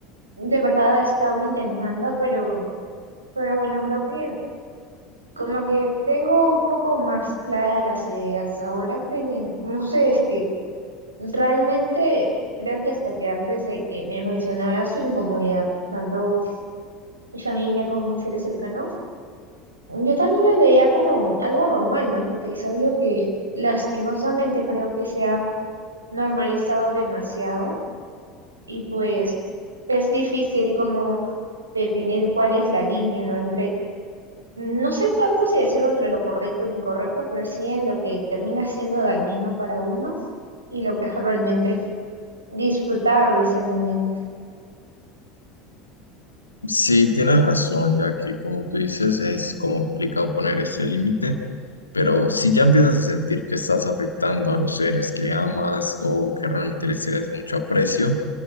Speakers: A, on the right; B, on the left.
A: de verdad he estado intentando, pero, pero bueno, creo que como que tengo un poco más clara las ideas ahora, porque no sé, es que realmente creo que hasta que antes de que me mencionara su incomodidad, tanto mi familia como mis seres cercanos, yo también lo veía como algo normal, ¿no? Porque es algo que lastimosamente creo que se ha normalizado demasiado y pues es difícil como definir cuál es la línea, ¿no? Entre, no sé tanto si decirlo entre lo correcto o lo incorrecto, pero sí en lo que termina siendo dañino para uno y lo que es realmente disfrutar de ese momento.
B: Sí, tienes razón, ya que como tú dices, es como complicado poner ese límite. Pero si ya empiezas a sentir que estás afectando a los seres que amas o que realmente les tienes mucho aprecio,